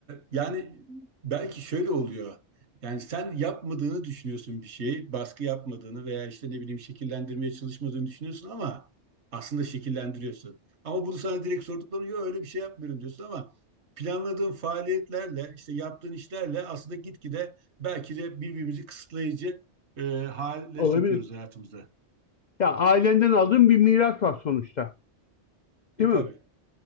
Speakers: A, on the right; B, on the left.
A: yani belki şöyle oluyor. Yani sen yapmadığını düşünüyorsun bir şeyi, baskı yapmadığını veya işte ne bileyim şekillendirmeye çalışmadığını düşünüyorsun ama aslında şekillendiriyorsun. Ama bunu sana direkt sorduklarını yok öyle bir şey yapmıyorum diyorsun ama planladığın faaliyetlerle işte yaptığın işlerle aslında gitgide belki de birbirimizi kısıtlayıcı e, hale
B: Olabilir.
A: sokuyoruz hayatımıza.
B: Ya ailenden aldığın bir miras var sonuçta,
A: E
B: değil
A: tabii.
B: mi?